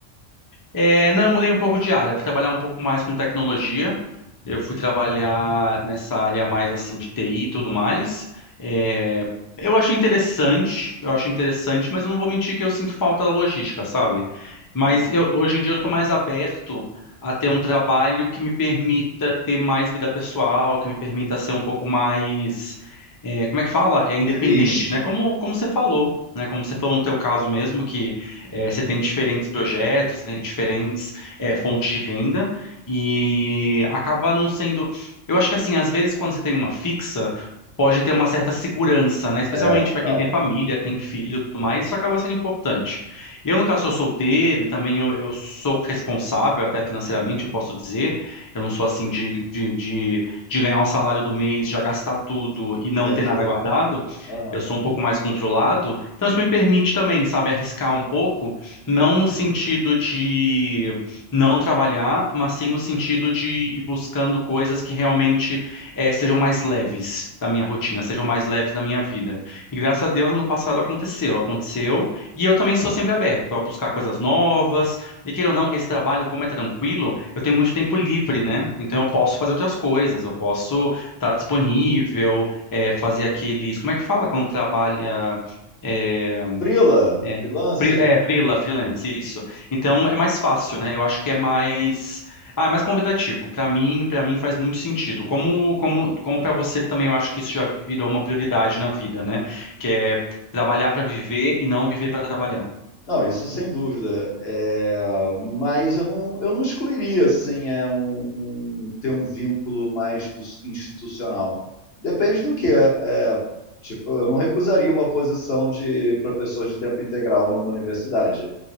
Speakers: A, on the left; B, on the left.
A: É, não, eu mudei um pouco de área. Eu fui trabalhar um pouco mais com tecnologia. Eu fui trabalhar nessa área mais assim de TI e tudo mais. É, eu acho interessante, eu acho interessante, mas eu não vou mentir que eu sinto falta da logística, sabe? Mas
B: Entendi.
A: eu- hoje em dia eu estou mais aberto a ter um trabalho que me permita ter mais vida pessoal, que me permita ser um pouco mais, é, como é que fala? É independente,
B: Feliz.
A: né? Como, como você falou. Né, como você falou no teu caso mesmo, que é, você tem diferentes projetos, você tem diferentes é, fontes de renda, e acaba não sendo. Eu acho que assim, às vezes quando você tem uma fixa, pode ter uma certa segurança, né? Especialmente
B: É, total.
A: para quem tem família, tem filho, e tudo mais, isso acaba sendo importante. Eu, no caso, sou solteiro e também eu, eu sou responsável, até financeiramente, eu posso dizer. Eu não sou assim de, de, de, de ganhar o salário do mês, já gastar tudo e não
B: Entendi.
A: ter nada guardado.
B: Aham.
A: Eu sou um pouco mais controlado, então isso me permite também, sabe, arriscar um pouco, não no sentido de não trabalhar, mas sim no sentido de ir buscando coisas que realmente eh, sejam mais leves da minha rotina, sejam mais leves da minha vida. E graças a Deus, ano passado aconteceu, aconteceu. E eu também sou sempre aberto a buscar coisas novas. E queira ou não, esse trabalho, como é tranquilo, eu tenho muito tempo livre, né? Então eu posso fazer outras coisas, eu posso estar disponível, eh, fazer aqueles. Como é que fala quando trabalha? eh,
B: Frila,
A: é,
B: freelancer.
A: Fri- é freela, freelance, isso. Então é mais fácil, né? Eu acho que é mais, ah, é mais convidativo. Pra mim, para mim faz muito sentido. Como, como, como para você também, eu acho que isso já virou uma prioridade na vida, né? Que é trabalhar pra viver e não viver pra trabalhar.
B: Não, isso sem dúvida. É, mas eu não, eu não excluiria assim, é um, um- ter um vínculo mais do- institucional. Depende do que. É, tipo, eu não recusaria uma posição de professor de tempo integral numa universidade.